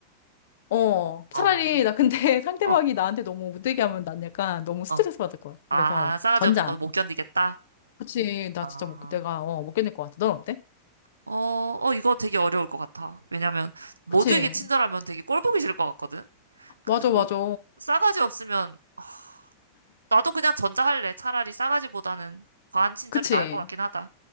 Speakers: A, on the left; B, on the right.
A: 어. 차라리
B: 어.
A: 나 근데 <laughs> 상대방이
B: 어,
A: 나한테 너무 못되게 하면 난 약간 너무 스트레스
B: 어.
A: 받을 것 같아.
B: 아,
A: 그래서
B: 싸가지
A: 전자.
B: 없는 건 못 견디겠다?
A: 그치, 나
B: 아.
A: 진짜 못, 내가, 어, 못 견딜 것 같아. 넌 어때?
B: 어, 어, 이거 되게 어려울 것 같아. 왜냐면 모두에게
A: 그치.
B: 친절하면 되게 꼴 보기 싫을 것 같거든? 근데
A: 맞아, 맞아.
B: 또 싸가지 없으면 아, 나도 그냥 전자할래. 차라리 싸가지보다는 과한 친절이
A: 그치?
B: 나을 것 같긴 하다.